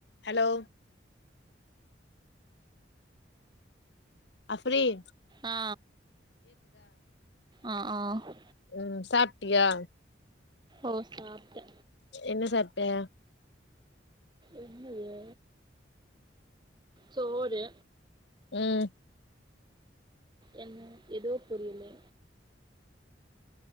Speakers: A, on the left; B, on the right.
A: Hello Afreen
B: அ அ ஒ
A: ம் சாப்டியா
B: ஓ சாப்டே
A: என்ன சாப்டே
B: என்னது சோறு
A: ம்
B: என்ன ஏதோ பொறியலு